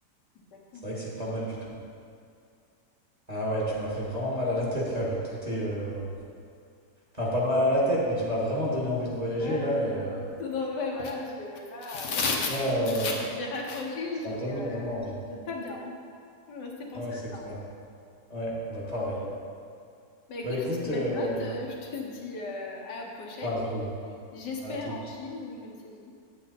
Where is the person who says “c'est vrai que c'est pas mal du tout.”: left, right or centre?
Right